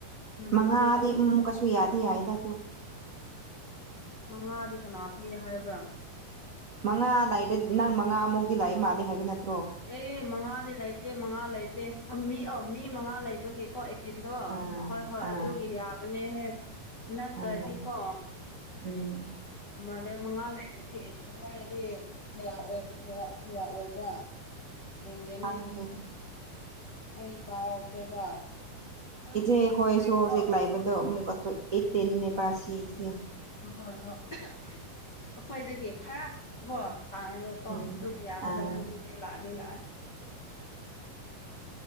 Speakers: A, on the left (about 50°); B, on the right (about 50°).
A: ꯎꯝ
B: ꯃꯉꯥꯗꯤ
A: ꯑꯗꯨꯒ
B: ꯀꯩꯁꯨ ꯌꯥꯗ ꯍꯥꯏꯏꯗꯇꯣ
A: ꯃꯉꯥꯗꯤ ꯀꯅꯥ ꯄꯤ ꯍꯥꯏꯕ꯭ꯔꯥ
B: ꯃꯉꯥ ꯂꯥꯏꯏꯗ ꯅꯪ ꯃꯉꯥꯃꯨꯛꯇꯤ ꯂꯥꯛꯏ ꯃꯥꯜꯂꯦ ꯍꯥꯏꯕ ꯅꯠꯇꯦ
A: ꯑꯦ ꯃꯉꯥꯗꯤ ꯂꯩꯇꯦ ꯃꯉꯥ ꯂꯩꯇꯦ ꯃꯤ ꯑ ꯃꯤ ꯃꯉꯥ ꯂꯩꯕꯒꯤꯀꯣ ꯇꯤꯟꯗꯣ
B: ꯑꯥ
A: ꯍꯣꯏ ꯍꯣꯏ
B: ꯑꯥ
A: ꯑꯗꯨꯒꯤ ꯌꯥꯕꯅꯦꯍꯦ ꯅꯠꯇ꯭ꯔꯗꯤꯀꯣ
B: ꯑꯥ ꯎꯝ
A: ꯃꯥꯥꯟꯅ ꯃꯉꯥ ꯂꯩꯔꯗꯤ ꯑꯦꯇꯤꯟ ꯍꯥꯏꯔꯗꯤ ꯀꯌꯥ ꯑꯣꯏꯕꯒꯦꯔꯥ ꯀꯌꯥ ꯑꯣꯏꯕ꯭ꯔꯥ ꯍꯦꯟꯅ
B: ꯈꯪꯗꯦ
A: ꯑꯩ ꯀꯥꯎꯈ꯭ꯔꯦꯕ ꯍꯣꯏ
B: ꯏꯁꯦ
A: ꯍꯣꯏ ꯑꯗꯨꯝ
B: ꯀꯣꯏꯁꯨ
A: ꯌꯥꯕꯗꯣ
B: ꯍꯧꯖꯤꯛ
A: ꯍꯣꯏ
B: ꯂꯥꯏꯕꯗ ꯑꯃꯨꯛꯊ ꯇ ꯄꯁꯤꯁꯦ
A: ꯑ ꯍꯣꯏ ꯍꯣꯏ
B: <unintelligible>
A: ꯑꯩꯈꯣꯏꯗꯒꯤ ꯈꯔ ꯍꯣ ꯇꯥꯡꯔꯒ ꯀꯣ
B: ꯎꯝ
A: ꯑꯗꯨꯝ ꯌꯥꯕꯗꯣ
B: ꯑꯥ
A: ꯅꯨꯃꯤꯠꯩ ꯂꯥꯛꯑꯦ ꯂ